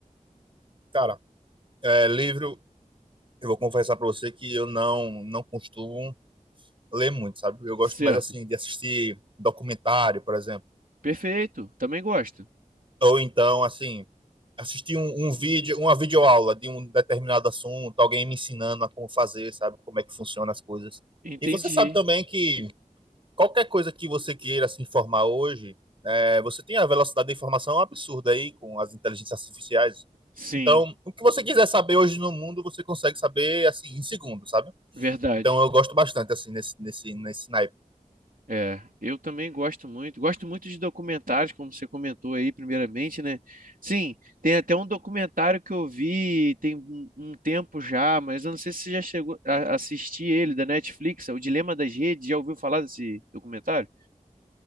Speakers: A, on the right (about 40°); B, on the right (about 85°).
A: Cara, é, livro, eu vou confessar pra você que eu não, não costumo ler muito, sabe? Eu gosto
B: Certo.
A: mais, assim, de assistir documentário, por exemplo.
B: Perfeito, também gosto.
A: Ou então, assim, assistir um, um vídeo, uma videoaula de um determinado assunto, alguém me ensinando a como fazer, sabe? Como é que funcionam as coisas.
B: Entendi.
A: E você sabe também que qualquer coisa que você queira se informar hoje, é, você tem a velocidade da informação absurda aí com as inteligências artificiais.
B: Sim,
A: Então, o que você quiser saber hoje no mundo, você consegue saber, assim, em segundos, sabe?
B: verdade.
A: Então eu gosto bastante, assim, nesse, nesse, nesse naipe.
B: É, eu também gosto muito. Gosto muito de documentários, como você comentou aí, primeiramente, né? Sim, tem até um documentário que eu vi tem um um tempo já, mas eu não sei se você já chegou a a assistir ele, da Netflix, é O Dilema das Redes. Já ouviu falar desse documentário?